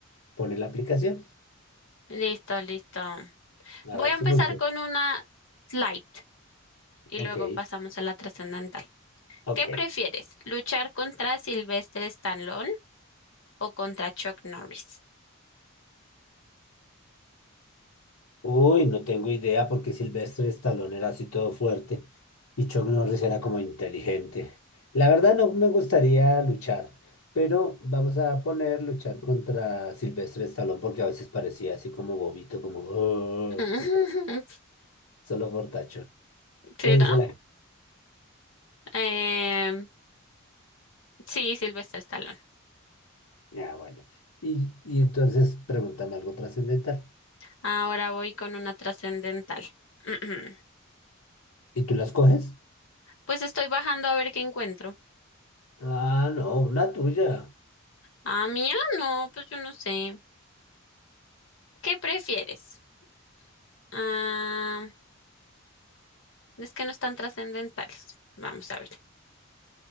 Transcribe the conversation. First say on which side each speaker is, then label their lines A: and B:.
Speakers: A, on the left; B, on the left.
A: pone la aplicación.
B: Listo, listo.
A: A
B: Voy
A: ver
B: a
A: si
B: empezar
A: funciona.
B: con una light y
A: Ok,
B: luego pasamos a la trascendental.
A: ok.
B: ¿Qué prefieres? ¿Luchar contra Sylvester Stallone o contra Chuck Norris?
A: Uy, no tengo idea porque Silvestre Stallone era así todo fuerte y Chuck Norris era como inteligente. La verdad no me gustaría luchar, pero vamos a poner luchar contra Silvestre Stallone porque a veces parecía así como bobito, como "Oh",
B: <laughs>
A: solo fortachón.
B: Sí,
A: ¿Qué dice
B: ¿no?
A: la gente?
B: Em, sí, Sylvester Stallone.
A: Ah, bueno. Y, y entonces pregúntame algo trascendental.
B: Ahora voy con una trascendental. <clears throat>
A: ¿Y tú las coges?
B: Pues estoy bajando a ver qué encuentro.
A: Ah, no, una tuya.
B: Ah, mía, no, pues yo no sé. ¿Qué prefieres? Ah, es que no están trascendentales. Vamos a ver.